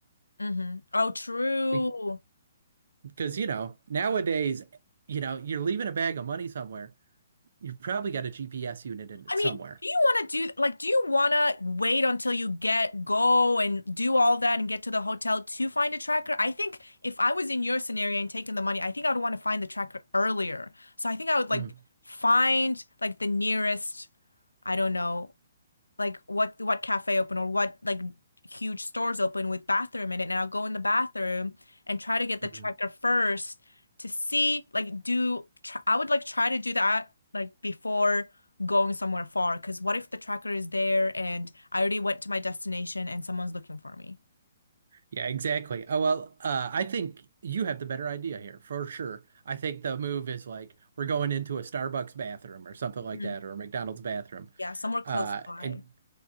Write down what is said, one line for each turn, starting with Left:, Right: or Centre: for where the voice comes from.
Left: Mm-hmm. Oh, true.
Right: Be- Because, you know, nowadays, you know, you're leaving a bag of money somewhere. You've probably got a GPS unit in it
Left: I mean,
Right: somewhere.
Left: do you want to do like do you want to wait until you get go and do all that and get to the hotel to find a tracker? I think if I was in your scenario and taking the money, I think I would want to find the tracker earlier. So I think I would like
Right: Mm,
Left: find like the nearest, I don't know, like what what cafe open or what like huge stores open with bathroom in it and I'll go in the bathroom and try to get
Right: mm.
Left: the tracker first to see like do tr I would like try to do that like before going somewhere far because what if the tracker is there and I already went to my destination and someone's looking for me
Right: Yeah, exactly. Oh, well, uh, I think you have the better idea here for sure. I think the move is like we're going into a Starbucks bathroom or something like
Left: Mhm.
Right: that, or a McDonald's bathroom,
Left: yeah somewhere close
Right: uh,
Left: by
Right: and